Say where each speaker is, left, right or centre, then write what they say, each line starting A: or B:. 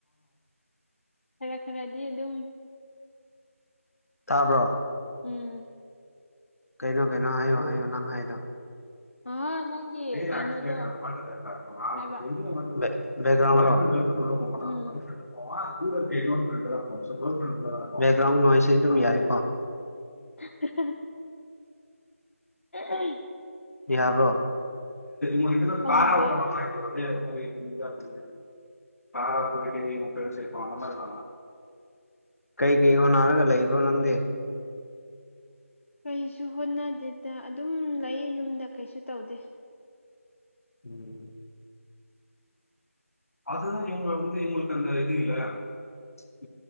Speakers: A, on the left; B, on the left.
A: ꯈꯔ-ꯈꯔꯗꯤ ꯑꯗꯨꯝ
B: ꯇꯥꯕ꯭ꯔꯣ
A: ꯎꯪꯎꯪ
B: ꯀꯩꯅꯣ ꯀꯩꯅꯣ ꯍꯥꯏꯌꯣ ꯍꯥꯏꯌꯣ ꯅꯪ ꯍꯥꯏꯗꯣ
A: ꯑꯥ ꯅꯪꯒꯤ
B: UNINTELLIGIBLE
A: ꯀꯩꯅꯣꯗꯣ ꯍꯥꯏꯕ
B: ꯕꯦꯛꯒ꯭ꯔꯥꯎꯟꯂꯣ UNINTELLIGIBLE
A: ꯎꯝ UNINTELLIGIBLE INAUDIBLE
B: ꯌꯥꯕ꯭ꯔꯣ UNINTELLIGIBLE
A: ꯑꯣ ꯍꯣꯏ
B: ꯀꯩꯀꯩ ꯍꯣ ꯅꯥꯔꯒ ꯂꯩꯕ꯭ꯔꯣ ꯅꯪꯗꯤ
A: ꯀꯩꯁꯨ ꯍꯣꯠꯅꯗꯦꯗ ꯑꯗꯨꯝ ꯂꯩꯌꯦꯌꯨꯝꯗ ꯀꯩꯁꯨ ꯇꯧꯗꯦ
B: INAUDIBLE UNINTELLIGIBLE